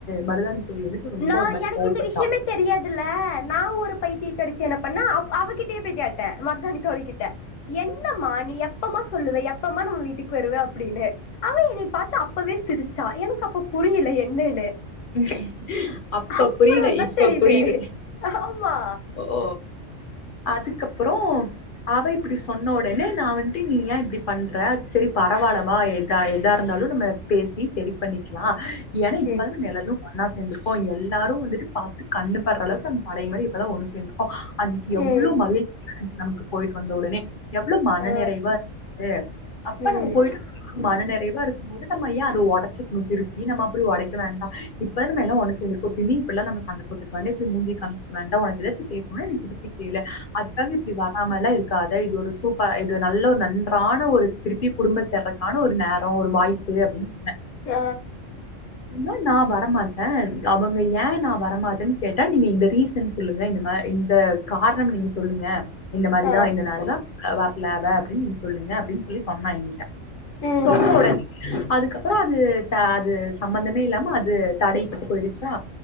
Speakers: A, on the left; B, on the left.
A: மருதாணி தோழி வந்துட்டு ரொம்ப
B: நா
A: ஒரு மாரி
B: எனக்கு
A: கோவப்பட்டா
B: இந்த விஷயமே தெரியாதுல்ல நா ஒரு பைத்திய கிடைச்சு என்ன பண்ணா அவகிட்டே போய்கேட்ட மருதாணி தோழிக்கிட்ட என்ன மானி எப் எப்பமா சொல்லுவ எப்பமா நம்ம வீட்டுக்கு வருவ அப்படின்னு அவ என்னை பாத்து அப்பவே சிரிச்ச சா எனக்கு அப்ப புரியல என்னன்னு
A: உம் அப்ப
B: அப்புறந்தா
A: புரியல இப்ப
B: தெரியுது
A: புரியுது
B: ஆமா
A: ஓ அதுக்கப்புறோ அவ இப்படி சொன்ன உடனே நான் வந்து நீ ஏன் இப்படி பண்ற அது சரி பரவாயில்வா எதா எதா இருந்தாலும் நம்ம பேசி சரி பண்ணிக்லா எனா இப்பாது
B: ம்
A: மேல ஒன்னா சேந்துருக்கோ எல்லாரும் வந்துட்டு பாத்து கண்ணுபடுறளவுக்கு நம் பழைய மாரி இப்பதா ஒன்னு சேர்ந்துக்கோ அதுக்கு எவ்ளோ
B: ம்
A: மகிழ்ச்சியா நமக்கு போயிட்டு வந்த உடனே எவ்ளோவு மன
B: ஆ
A: நிறைவா இருந்தா அப்ப
B: ம்
A: நம்ம போயிட்டு மனநிற நிறைவா இருக்கும் போது நம்ம ஏன் அத உடைச்சுக்கணும் திருப்பி நம்ம அப்டி உடைக்க வேண்டா இப்ப நம்மெல்லாம் ஒன்னு சேர்ந்திருக்கோ பின்னி இப்பல்லா நம்ம சண்ட போட்டுக் <unintelligible> இப்படி மூஞ்சி காமிக் வேண்டா உனக்கு எதாச்சும் கேட்குனு நீ திருப்பி கேளு அதுக்காக இப்படி வராமல்லா இருக்காத இது ஒரு சூப்பர் இது நல்ல ஒரு நன்றான ஒரு திருப்பி குடும்ப சேர்றக்கான ஒரு நேரோ ஒரு வாய்ப்பு அப்டின்னு சொன்னே
B: ஹ
A: ன்னா நா வர வர மாட்டே அவுங்க ஏன் நான் வரமாட்டேன்னு கேட்டே நீங்க இந்த ரீசன் சொல்லுங்க இந்த மா இந்த காரணம் நீங்க சொல்லுங்க இந்த மாரிதா
B: ஆ
A: இத நாள் தா வர்ல அவ அப்டின்னு நீங்க சொல்லுங்க அப்டின்னு சொல்லி சொன்னா எங்கீட்ட
B: ம்
A: சொன்னா ஒடனே அதுக்கப்பற அது அது சம்பந்தமே இல்லாம அது தடைபட்டு போயிருச்சா